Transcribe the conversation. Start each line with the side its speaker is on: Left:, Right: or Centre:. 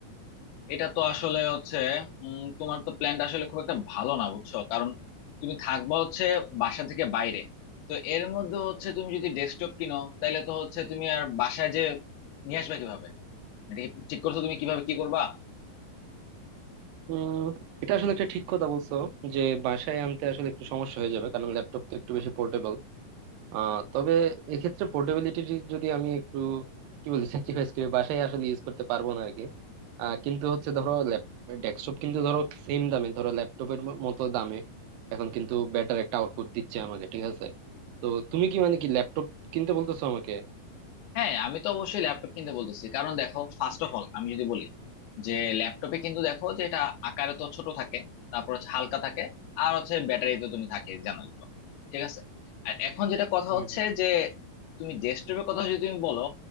Left: এটা তো আসলে হচ্ছে উম, তোমার তো প্ল্যানটা আসলে খুব একটা ভালো না বুঝছো কারণ তুমি থাকবা হচ্ছে বাসা থেকে বাইরে তো এর মধ্যে হচ্ছে তুমি যদি ডেস্কটপ কিনো তাহলে তো হচ্ছে তুমি আর বাসায় যে নিয়ে আসবা কিভাবে এটা কি ঠিক করছো তুমি কিভাবে কি করবা
Right: উম এটা আসলে একটা ঠিক কথা বলছো যে বাসায় আনতে আসলে একটু সমস্যা হয়ে যাবে কারণ ল্যাপটপ তো একটু বেশি পোর্টেবল আহ তবে এক্ষেত্রে পোর্টেবিলিটি যদি আমি একটু কি বলি স্যাক্রিফাইস করি বাসায় আসলে ইউজ করতে পারবো না আরকি আহ, কিন্তু হচ্ছে ধরো ডেস্কটপ কিন্তু ধরো সেম দামে ধরো ল্যাপটপের মতো দামে এখন কিন্তু বেটার একটা আউটপুট দিচ্ছে আমাকে ঠিক আছে তো তুমি কি মানে কি ল্যাপটপ কিনতে বলতেছো আমাকে
Left: হ্যাঁ আমি তো অবশ্যই ল্যাপটপ কিনতে বলতেছি কারণ দেখো ফার্স্ট অফ অল আমি যদি বলি যে ল্যাপটপে কিন্তু দেখো যে এটা আকারে তো ছোট থাকে তারপর হচ্ছে হালকা থাকে আর হচ্ছে ব্যাটারি তো তুমি থাকে জানোই তো ঠিক আছে আর এখন যেটা কথা
Right: হুম
Left: হচ্ছে
Right: হুম।
Left: যে তুমি ডেস্কটপের কথা যদি তুমি বলো